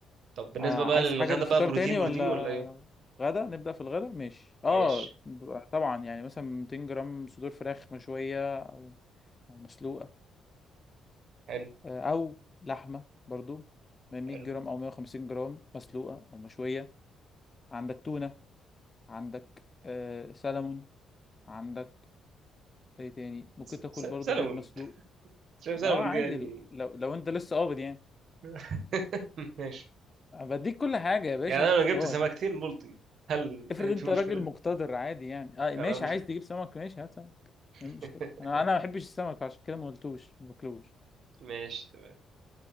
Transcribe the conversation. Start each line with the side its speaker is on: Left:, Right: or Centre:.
Right: طب بالنسبة
Left: آه...
Right: بقى
Left: عايز
Right: للغدا
Left: حاجه للفطار
Right: بقى بروتين
Left: تاني
Right: بروتين
Left: ولا
Right: ولا ايه
Left: غدا نبدا في الغدا ماشي
Right: ماشي
Left: اه طبعا يعني مثلا 200 جرام صدور فراخ مشويه او او مسلوقه
Right: حلو
Left: آه... او لحمه برضو 100
Right: حلو
Left: جرام او 150 جرام مسلوقه او مشويه عندك تونه عندك آه... سلمون عندك ايه تاني ممكن
Right: س-
Left: تاكل
Right: س-
Left: برضو
Right: سلمون
Left: بيض مسلوق
Right: شايف سلمون
Left: اه عادي
Right: دي يعني
Left: لو لو انت لسه قابض يعني
Right: <laughs> ماشي
Left: أنا بديك كل حاجه يا باشا
Right: يعني انا
Left: انت اختار
Right: لو جبت سمكتين بلطي هل
Left: افرض
Right: هيبقى
Left: انت
Right: في مشكله
Left: راجل مقتدر عادي يعني اه
Right: انا
Left: ماشي عايز تجيب سمك ماشي هات سمك
Right: <laughs>
Left: ايه المشكله انا انا ما بحبش السمك عشان كده ما قلتوش ما باكلوش
Right: ماشي تمام